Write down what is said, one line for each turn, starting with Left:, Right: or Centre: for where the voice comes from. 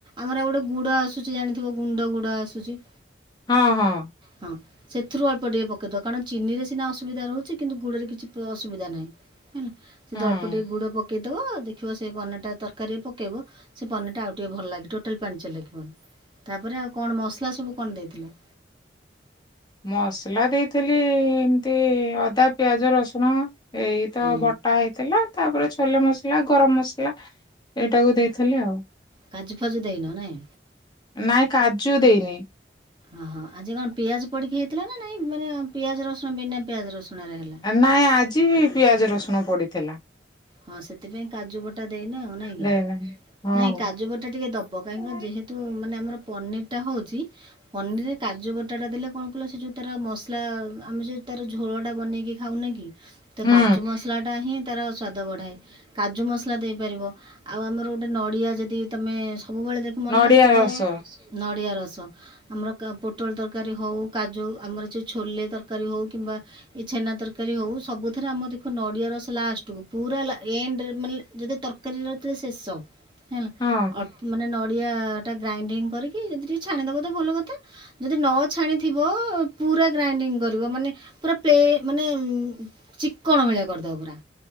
Right: ଆମର ଗୋଟେ ଗୁଡ ଆସୁଚି ଜାଣିଥିବ ଗୁଣ୍ଡ ଗୁଡ ଆସୁଚି।
Left: ହଁ ହଁ।
Right: ହଁ। ସେଥିରୁ ଅଳ୍ପ ଟିକେ ପକେଇଦବା କାରଣ ଚିନିରେ ସିନା ଅସୁବିଧା ରହୁଚି କିନ୍ତୁ ଗୁଡ଼ରେ କିଛି ପ ଅସୁବିଧା ନାହିଁ। ହେଲା ସେ
Left: ହଁ।
Right: ଅଳ୍ପ ଟିକେ ଗୁଡ଼ ପକେଇଦବ ଦେଖିବ ସେ ବନଟା ତରକାରୀରେ ପକେଇବ। ସେ ପନିରଟା ଆଉ ଟିକେ ଭଲ ଲାଗେ ଟୋଟାଲ ପାଣିଚିଆ? ଲାଗିବନି ତାପରେ ଆଉ କଣ ମସଲା ସବୁ କଣ ଦେଇଥିଲ?
Left: ମସଲା ଦେଇଥିଲି ଏମିତି ଅଦା ପିଆଜ ରସୁଣ ଏଇତ
Right: ହଁ
Left: ବଟା ହେଇ ଥିଲା ତାପରେ ଛୋଲେ ମସଲା ଗରମ ମସଲା ଏଇଟାକୁ ଦେଇଥିଲି ଆଉ
Right: କାଜୁ ଫାଜୁ ଦେଇନ ନାଇଁ
Left: ନାଇଁ କାଜୁ ଦେଇନି।
Right: ହହଁ ଆଜି କଣ ପିଆଜ ପଡିକି ହେଇଥିଲା ନା ନାଇଁ ମାନେ ପିଆଜ ରସୁଣ ବିନା ପିଆଜ ରସୁଣରେ ହେଲା?
Left: ନାଇଁ ଆଜି ବି ପିଆଜ ରସୁଣ ପଡିଥିଲା।
Right: ହଁ ସେଥିପାଇଁ କାଜୁ ବଟା ଦେଇନ ଆଉ ନାଇଁ
Left: ଦେଇନାହିଁ
Right: କି।
Left: ହଁ।
Right: ନାଇଁ କାଜୁ ବଟା ଟିକେ ଦବ କାହିଁକିନା
Left: ହୁଁ
Right: ଯେହେତୁ ମାନେ ଆମର ପନିର ଟା ହଉଛି ପନିରି ରେ କାଜୁ ଖଟାଟା ଦେଲେ କଣ କିଲଲେ ସେ ଯେଉଁ ତାର ମସଲା ଆମେ ଯେଉଁ ତା ର ଝୋଳଟା ବନେଇକି ଖାଉନା କି। ତ
Left: ହୁଁ
Right: କାଜୁ ମସଲା ଟା ହିଁ ତାର ସ୍ଵାଦ ବଢାଏ। କାଜୁ ମସଲା ଦେଇପାରିବ ଆଉ ଆମର ଗୋଟେ ନଡିଆ ଯଦି ତମେ ସବୁବେଳେ ଦେଖ ମନେ
Left: ନଡିଆ
Right: ରଖିଥିବ
Left: ରସ
Right: ନଡ଼ିଆ ରସ। ଆମର ପୋଟଳ ତରକାରୀ ହଉ କାଜୁ ଆମର ଯଉ ଛୋଲେ ତରକାରୀ ହଉ କିମ୍ବା ଏ ଛେନା ତରକାରୀ ହଉ ସବୁଥିରେ ଆମ ଦେଖୁ ନଡିଆ ରସଲା ଲାଷ୍ଟକୁୁ ପୁରା ଏଣ୍ଡରେ ମାନେ ଯଦି ତରକାରୀରେ ର ଶେଷ ହେଲା।
Left: ହଁ
Right: ମାନେ ନଡିଆ ଟା ଗ୍ରାଇଣ୍ଡିଙ୍ଗ କରିକି ଯଦି ଟିକେ ଛାଣିଦବ ତ ଭଲ କଥା। ଯଦି ନ ଛାଣିଥିବ ପୁରା ଗ୍ରାଇଣ୍ଡିଙ୍ଗ କରିବ ମାନେ ପୁରା ପ୍ ମାନେ ଚିକଣ ଭଳିଆ କରିଦବ ପୁରା।